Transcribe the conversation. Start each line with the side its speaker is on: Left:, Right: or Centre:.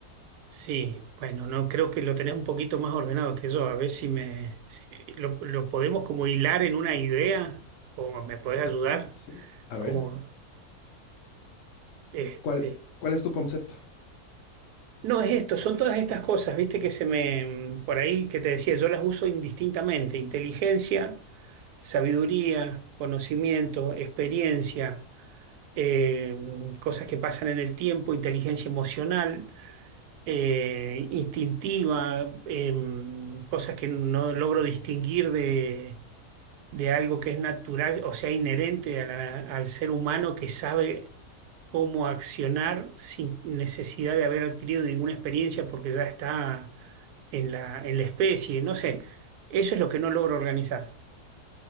Right: Sí, bueno, no creo que lo tenés un poquito más ordenado que yo. A ver si me si lo, lo podemos como hilar en una idea o me podés ayudar
Left: Sí. A
Right: como
Left: ver,
Right: este.
Left: ¿cuál, cuál es tu concepto?
Right: No es esto, son todas estas cosas, viste que se me por ahí que te decía, yo las uso indistintamente, inteligencia, sabiduría, conocimiento, experiencia. eh, cosas que pasan en el tiempo, inteligencia emocional, eh, instintiva, em, cosas que no logro distinguir de, de algo que es natural, o sea, inherente a la- al ser humano que sabe cómo accionar sin necesidad de haber adquirido ninguna experiencia porque ya está en la, en la especie, no sé, eso es lo que no logro organizar.